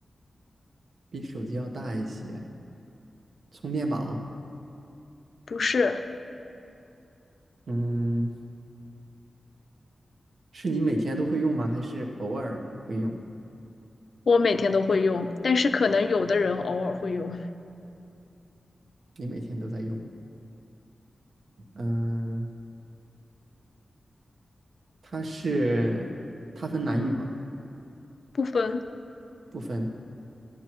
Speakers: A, on the right; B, on the left.
A: 比手机要大一些。充电宝，
B: 不是，
A: 嗯，是你每天都会用吗？还是偶尔会用？
B: 我每天都会用，但是可能有的人偶尔会用，
A: 你每天都在用？嗯、它是它分男女吗？
B: 不分，
A: 不分。